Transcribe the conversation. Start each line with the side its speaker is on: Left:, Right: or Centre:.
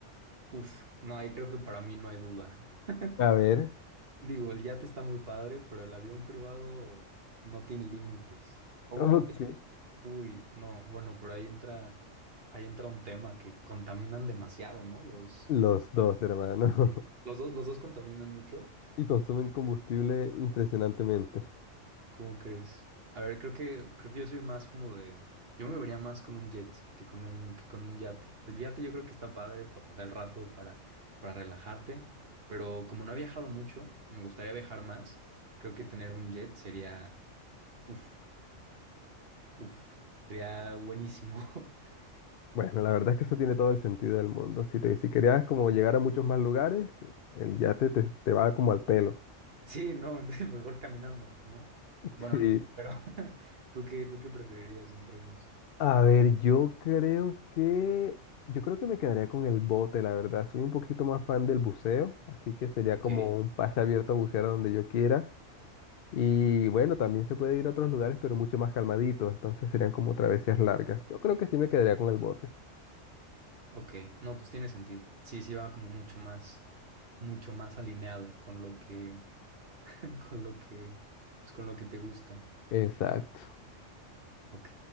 Right: Uf, no, ahí creo que para mí no hay duda. <laughs>
Left: A ver.
Right: Digo, el yate está muy padre, pero el avión privado no tiene límites. O
Left: Ok.
Right: bueno, es que... Uy, no, bueno, pero ahí entra... Ahí entra un tema que contaminan demasiado, ¿no? Los...
Left: Los dos, hermano.
Right: Sí.
Left: <laughs>
Right: Los dos, los dos contaminan mucho.
Left: Y consumen combustible impresionantemente.
Right: ¿Cómo crees? A ver, creo que, creo que yo soy más como de. Yo me vería más con un jet que con un, que con un yate. El yate yo creo que está padre para pasar el rato, para, para relajarte. Pero como no he viajado mucho, me gustaría viajar más. Creo que tener un jet sería. Uf, uf. Sería buenísimo. <laughs>
Left: Bueno, la verdad es que eso tiene todo el sentido del mundo. Si te, si querías como llegar a muchos más lugares, el yate te, te va como al pelo.
Right: Sí, no, <laughs> mejor caminando, ¿no?
Left: <laughs>
Right: Bueno,
Left: Sí.
Right: no, pero <laughs> ¿tú qué, tú qué preferirías entre esos?
Left: A ver, yo creo que yo creo que me quedaría con el bote, la verdad. Soy un poquito más fan del buceo, así que sería
Right: Ok.
Left: como un pase abierto a bucear a donde yo quiera. Y bueno, también se puede ir a otros lugares, pero mucho más calmadito. Entonces serían como travesías largas. Yo creo que sí me quedaría con el bote.
Right: Ok, no, pues tiene sentido. Sí, sí va como mucho más, mucho más alineado con lo que, <laughs> con lo que, pues con lo que te gusta.
Left: Exacto.
Right: Ok,